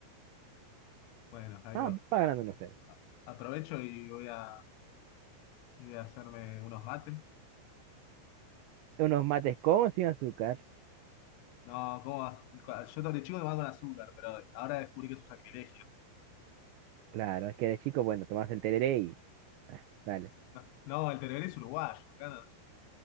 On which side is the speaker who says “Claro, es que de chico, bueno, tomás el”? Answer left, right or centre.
Right